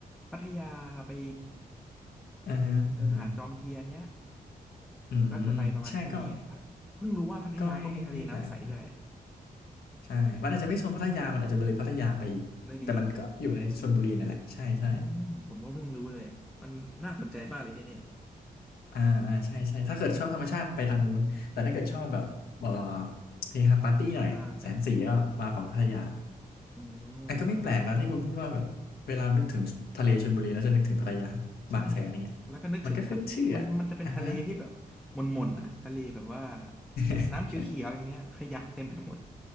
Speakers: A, in the centre; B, on the left.
A: พัทยาไป
B: อือฮะอือฮะ
A: เออหาดจอมเทียนเนี้ย
B: อืมใช่ก็
A: ก็จะไปประมาณแค่นี้ก็เพิ่งรู้ว่าพัทยาก็มีทะเลน้ำใสด้วย
B: ก็ไม่ไม่แปลกเลยใช่มันอาจจะไม่โซนพัทยามันอาจจะเลยพัทยาไปอีกแต่มันก็อยู่ในชลบุรีนั่นแหละใช่ใช่
A: เลยบีอีกอืมผมก็เพิ่งรู้เลยมันน่าสนใจมากเลยที่นี่
B: อ่าอ่าใช่ใช่ถ้าเกิดชอบธรรมชาติไปทางนู้นแต่ถ้าเกิดชอบแบบเอ่อเฮฮาปาร์ตี้หน่อยแสงสีก็มาฝั่งพัทยา
A: อ่าแสงสีอื
B: ไอ้ก็ไม่แปลกนะที่คุณพูดว่าแบบเวลานึกถึงทะเลชลบุรีแล้วจะนึกถึงพัทยาบางแสนอย่างเงี้ย
A: ม ใช่แล้วก็นึกถึงทะมันมันจะเป็นทะเลที่แบบหม่นๆนะทะเลแบบว่า
B: มันก็ขึ้นชื่ออ่ะอ่ะฮะ <laughs>
A: น้ำเขียวๆอย่างเงี้ยขยะเต็มไปหมด